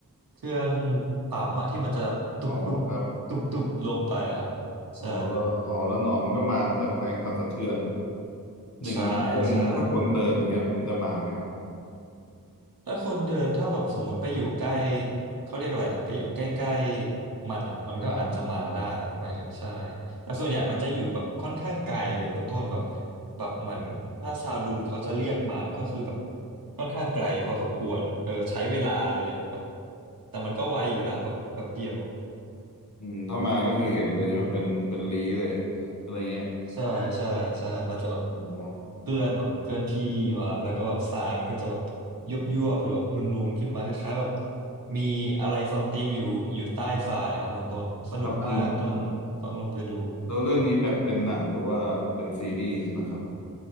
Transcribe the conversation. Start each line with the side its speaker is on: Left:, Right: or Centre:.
Right: เครื่องปั๊มอะที่มันจะแบบตุบตุบ
Left: อ๋อครับ
Right: ตุบตุบลงไปอะครับ
Left: อ๋อแล้วอ๋อแล้วหนอนมันก็มาตะแกรงสั่นสะเทือน
Right: ใช่
Left: อย่างงี้คนถ้าคนเดินเงี้ยมันจะมาไหมครับ
Right: ใช่ใช่ แล้วคนเดินถ้าแบบสมมติไปอยู่ใกล้เขาเรียกอะไรอะไปอยู่ใกล้ๆมันอ่ะมันก็อาจจะมาได้หมายถึงใช่
Left: ร่างของ
Right: แต่ส่วนใหญ่มันจะอยู่แบบค่อนข้างไกลเลยคุณโน่นแบบแบบเหมือนถ้าชาวดูนเขาจะเรียกมาก็คือแบบค่อนข้างไกลพอสมควรเออใช้เวลาเลยแหละแบบแต่มันก็ไวอยู่นะแบบแป๊บเดียว
Left: อืมถ้ามาก็คือเห็นเลยใช่ไหมเป็นเป็นลี้เลย
Right: อืม
Left: อะไรเงี้ย
Right: ใช่ใช่ใช่ มันจะแบบ
Left: อ๋อ
Right: เคลื่อนแบบเคลื่อนที่มาแล้วก็แบบทรายมันก็จะแบบยุบยุบหรือแบบนูนๆขึ้นมาคล้ายๆแบบมีอะไรซัมติงอยู่อยู่ใต้ทรายครับคุณต้นสนุกมากต้องต้องลองไปดู
Left: <clears throat> ครับอันครับแล้วเรื่องนี้แบบเป็นหนังหรือว่าเป็นซีรีส์นะครับ